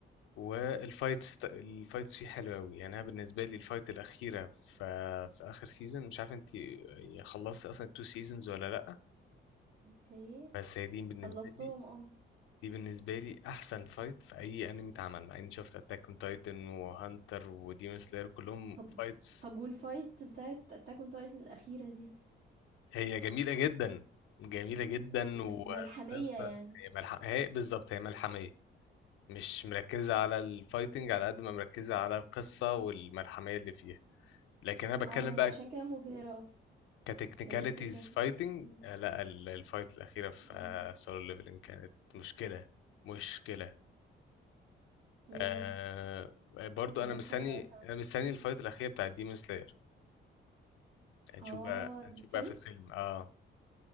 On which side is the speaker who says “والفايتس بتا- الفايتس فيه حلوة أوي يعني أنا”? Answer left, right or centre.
Left